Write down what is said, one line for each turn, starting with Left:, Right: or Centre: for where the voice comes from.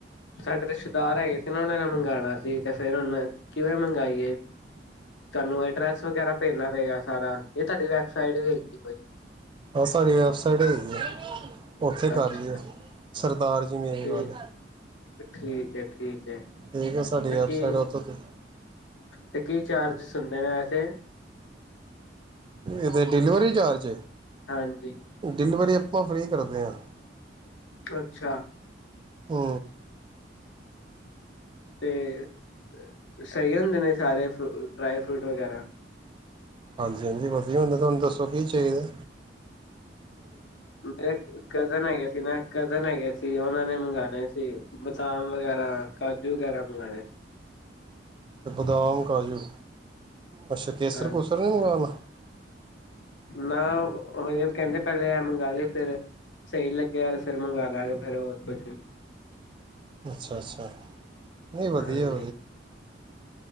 Left: ਸਾਡੇ ਰਿਸ਼ਤੇਦਾਰ ਹੈਗੇ। ਫਿਰ ਉਹਨਾਂ ਨੇ ਮੰਗਵਾਣਾ ਸੀ, ਤੇ ਫੇਰ ਉਹਨਾਂ ਕਿਵੇਂ ਮੰਗਾਈਏ। ਤੁਹਾਨੂੰ ਐਡਰੈਸ ਵਗੈਰਾ ਭੇਜਣਾ ਪਏਗਾ ਸਾਰਾ ਇਹ ਤੁਹਾਡੀ ਸਾਈਡ ਵੇਖੀ ਕੋਈ
Right: ਹਾਂ ਸਾਡੀ ਵੈਬਸਾਈਟ ਹੈਗੀ ਆ। ਉੱਥੇ ਕਰ
Left: ਅੱਛਾ
Right: ਲੀਓ ਸਰਦਾਰ ਜੀ ਮੇਰੀ
Left: ਠੀਕ
Right: ਵੱਲ।
Left: ਠੀਕ ਏ ਠੀਕ। ਹੈ
Right: ਠੀਕ ਏ ਸਾਡੀ
Left: ਤੇ
Right: ਵੈਬਸਾਈਟ
Left: ਕੀ
Right: ਓਥੋਂ ਦੀ
Left: ਤੇ ਕੀ ਚਾਰਜਸ ਹੁੰਦੇ ਨੇ ਵੈਸੇ
Right: ਇਦੇ ਡਿਲੀਵਰੀ ਚਾਰਜ,
Left: ਹਾਂਜੀ
Right: ਡਿਲੀਵਰੀ ਆਪਾਂ ਫ੍ਰੀ ਕਰਦੇ ਆਂ।
Left: ਅੱਛਾ,
Right: ਹੂੰ,
Left: ਤੇ ਸਹੀ ਹੁੰਦੇ ਨੇ ਸਾਰੇ ਫੂ ਡਰਾਈ ਫਰੂਟ ਵਗੈਰਾ।
Right: ਹਾਂਜੀ-ਹਾਂਜੀ ਵਧੀਆ ਹੁੰਦੇ। ਤੁਹਾਨੂੰ ਦੱਸੋ ਕੀ ਚਾਹੀ-
Left: ਡਰੈਕਟ ਕਜ਼ਨ ਹੈਗੇ ਸੀ ਨਾ -ਕ <unintelligible> ਜ਼ਨ ਹੈਗੇ ਸੀ ਉਹਨਾਂ ਨੇ ਮੰਗਵਾਣੇ ਸੀ। ਬਦਾਮ ਵਗੈਰਾ ਕਾਜ- ਜੂ ਵਗੈਰਾ ਮੰਗਵਾਣੇ ਸੀ।
Right: ਬਾਦਾਮ ਕਾਜੂ। ਅੱਛਾ ਕੇਸਰ
Left: ਹਾਂਜੀ
Right: ਕੂਸਰ ਨਹੀ ਮੰਗਵਾਉਣਾ
Left: ਨਾ ਓ ਹਜੇ ਕਹਿੰਦੇ ਪਹਿਲੇ ਇਹ ਮੰਗਵਾਦੇ ਫੇਰ ਸਹੀ ਲਗਿਆ ਤੇ ਫੇਰ ਮੰਗਵਾ ਲਵਾਂਗੇ ਫਿਰ ਹੋਰ ਕੁਛ ਵੀ।
Right: ਅੱਛਾ ਅੱਛਾ ਨਹੀਂ ਵਧੀਆ
Left: ਹਾਂਜੀ